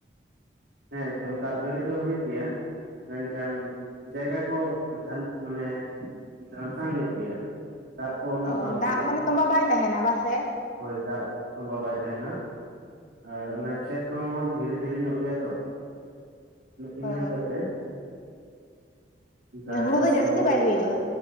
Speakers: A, on the right (about 70°); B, on the left (about 45°).
A: ᱦᱮᱸ ᱮᱠ ᱫᱚᱢ ᱫᱟᱜ ᱡᱟᱹᱲᱤ ᱫᱚ ᱦᱳᱭᱳᱜ ᱜᱮᱭᱟ ᱢᱮᱱ ᱠᱷᱟᱱ ᱡᱟᱭᱜᱟ ᱠᱚ ᱢᱟᱱᱮ ᱫᱷᱟᱲᱥᱟᱝ ᱧᱚᱜ ᱜᱮᱭᱟ ᱫᱟᱜ ᱠᱚ ᱩᱱᱟᱹᱜ
B: ᱚ
A: ᱵᱟᱝ ᱛᱚᱵᱟᱜ
B: ᱫᱟᱜ ᱢᱟᱱᱮ
A: ᱜᱮᱭᱟ
B: ᱛᱚᱸᱵᱟ ᱵᱟᱭ ᱛᱟᱦᱮᱱᱟ ᱵᱟᱥᱮ
A: ᱦᱳᱭ ᱫᱟᱜ ᱛᱚᱵᱟ ᱵᱟᱭ ᱛᱟᱦᱮ ᱱᱟ ᱟᱨ ᱚᱱᱟ ᱠᱷᱮᱛ ᱠᱚᱦᱚᱸ ᱫᱷᱤᱨᱤ ᱫᱷᱤᱨᱤ ᱧᱚᱜ ᱜᱮᱭᱟ ᱛᱚ᱾ ᱤᱱᱟᱹ
B: ᱚ
A: ᱦᱚᱛᱮᱡ ᱛᱮ ᱚᱱᱠᱟ
B: ᱢᱟᱱᱮ ᱦᱩᱲᱩ
A: ᱪᱟᱥ
B: ᱡᱟᱹᱥᱛᱤ
A: ᱫᱚ
B: ᱵᱟᱭ ᱦᱩᱭᱩᱜᱼᱟ